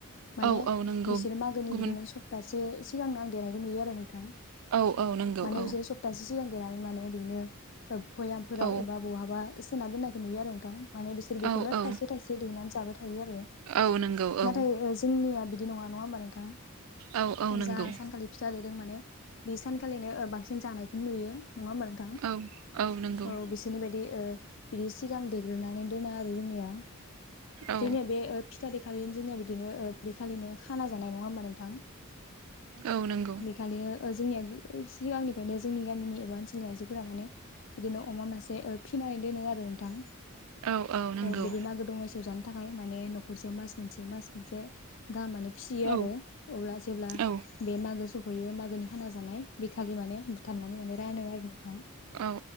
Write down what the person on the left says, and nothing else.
माने
बिसोरो मागोनि
बिदिनो सप्तासे सिगांनो आं देनायखौ नुयो आरो नोंथां।
माने
बिसोरो सप्तासे सिगां देनानै माने बिदिनो पयामफोराव
एबा बहाबा सोना दोननायखौ नुयो आरो नोंथां माने बिसोर बेखौनो
थाइसे थाइसे दिहुननानै जाबाय था थायो आरो
नाथाय जोंनिया बिदि नङा नङा होमबा नोंथां?
जा सानखालि फिथा लिरदों माने बे सानखालिनो बांसिन जानायखौ नुयो नङा होमबा थां
औ बिसोरनि बायदि ओ बि सिगां देग्रोनानै दोनो आरो जोंनिया
जोंनिया बे ओ फिथा देखालिनो जोंनिया बिदिनो ओ बे खालिनो खाना जानाय नङा होमबा नोंथां?
खालिनो जोंनिया सिगांनिफ्रायनो जोंनि गामिनि एबा ओनसोलनि आइजो फोरा माने बिदिनो अमा मासे ओ फिनानै दोनो आरो नोंथां।
औ बिदि मागो दमासिआव जानो थाखाय माने न'खरसेयाव मास मोनसे मास मोनसे गाहाम माने फिसियो आरो
अब्ला जेब्ला
बे मागो सफैयो मागोनि खाना जानाय। बेखालि माने बुथारनानै माने रानो आरो नोंथां।